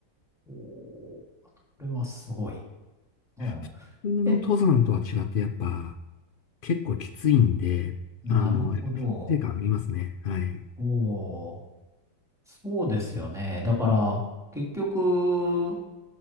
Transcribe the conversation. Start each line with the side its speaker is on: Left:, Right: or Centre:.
Centre: ー、おーこれはすごい。うん。
Left: 普通
Centre: え、
Left: の登山とは違って、やっぱ結構きついんで、
Centre: なるほど。
Left: あの、やっぱ達成感ありますね。はい。
Centre: おー、そうですよね。だから、結局、